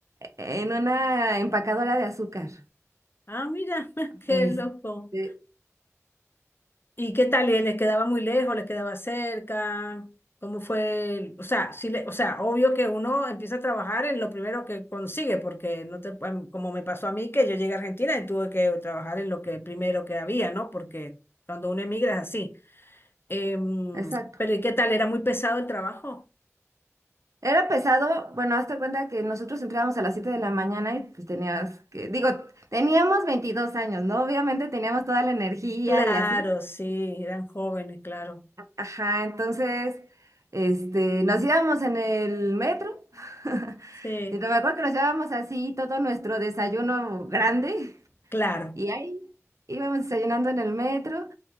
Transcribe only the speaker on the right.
en una empacadora de azúcar.
Este,
exacto.
Era pesado, bueno, hazte cuenta que nosotros entrábamos a las siete de la mañana y pues tenías que, digo, teníamos 22 años, ¿no? Obviamente teníamos toda la energía
y así.
Ajá, entonces, este, nos íbamos en el metro. <laughs>
Y me acuerdo que nos llevábamos así todo nuestro desayuno grande
y ahí íbamos desayunando en el metro